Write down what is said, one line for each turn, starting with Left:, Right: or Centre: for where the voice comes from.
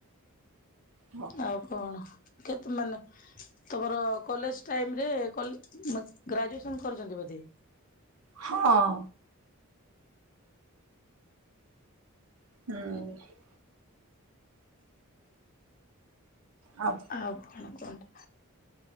Right: ହ।
Left: ଆଉ କଣ କେତେ ମାନେ? ତମର କଲେଜ ଟାଇମରେ କଲି ଗ୍ରାଜୁଏସନ କରିଛନ୍ତି ବୋଧେ।
Right: ହଁ ହୁଁ ଆ
Left: ଆଉ କଣ କୁହନ୍ତୁ